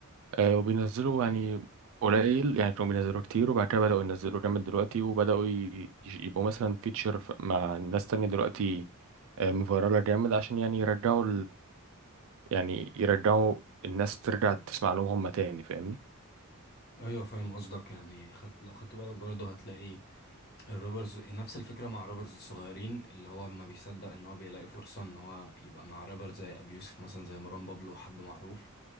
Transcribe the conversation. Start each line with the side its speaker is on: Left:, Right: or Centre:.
Right: آه وبينزلوا يعني قليل يعني كانوا بينزلوا كتير وبعد كده بدأوا ينزلوا جامد دلوقتي وبدأوا ي- يبقوا مثلا فيتشر مع ناس تانية دلوقتي آه، مفيرالة جامد عشان يعني يرجعوا يعني يرجعوا الناس ترجع تسمع لهم هم تاني فاهمني
Left: أيوة فاهم قصدك يعني خدت لو خدت بالك برضو هتلاقي الروبرز نفس الفكرة مع روبرز الصغيرين اللي هو ما بيصدق ان هو بيلاقي فرصة ان هو يبقى مع رابر زي ابي يوسف مثلا زي مروان بابلو حد معروف